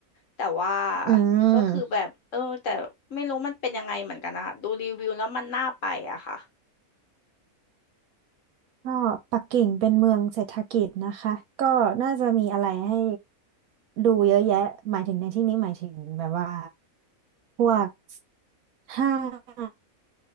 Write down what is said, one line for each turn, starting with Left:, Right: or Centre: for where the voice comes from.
Left: แต่ว่า
Right: อืม
Left: ก็คือแบบเออแต่ไม่รู้มันเป็นยังไงเหมือนกันนะคะดูรีวิวแล้วมันน่าไปอะค่ะ
Right: ก็ปักกิ่งเป็นเมืองเศรษฐกิจนะคะก็น่าจะมีอะไรให้ดูเยอะแยะหมายถึงในที่นี้หมายถึงแบบว่าพวกห้าง